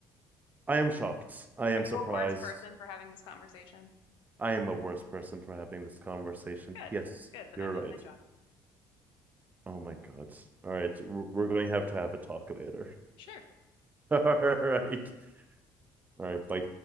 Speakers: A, on the right; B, on the left.
A: I am shocked. I am
B: Are you
A: surprised.
B: a worse person for having this conversation?
A: I am a worse person for having this conversation.
B: Good.
A: Yes,
B: Good. Then
A: you're
B: I've done
A: right.
B: my job.
A: Oh my God. All right. We're we're going to have to have a talk later.
B: Sure.
A: <laughs> All right. All right. Bye.